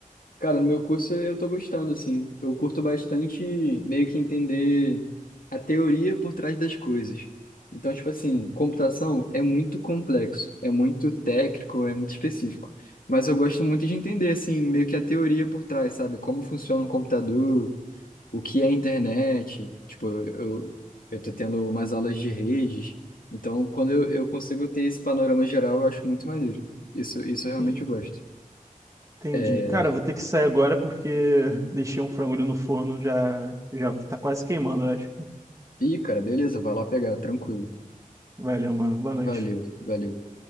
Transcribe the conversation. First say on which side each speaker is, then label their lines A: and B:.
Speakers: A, on the left; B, on the right.
A: Cara, no meu curso eu tô gostando, assim. Eu curto bastante meio que entender a teoria por trás das coisas. Então, tipo assim, computação é muito complexo, é muito técnico, é muito específico. Mas eu gosto muito de entender, assim, meio que a teoria por trás, sabe? Como funciona um computador, o que é a internet. Tipo, eu, eu tô tendo umas aulas de redes. Então, quando eu, eu consigo ter esse panorama geral, eu acho muito maneiro. Isso, isso eu realmente
B: Tem-
A: gosto.
B: Entendi.
A: É...
B: Cara, eu vou ter que sair agora porque <laughs> deixei um frango ali no forno, já, já tá quase queimando, eu acho.
A: Ih, cara, beleza, vai lá pegar, tranquilo.
B: Valeu, mano. Boa noite.
A: Valeu, valeu.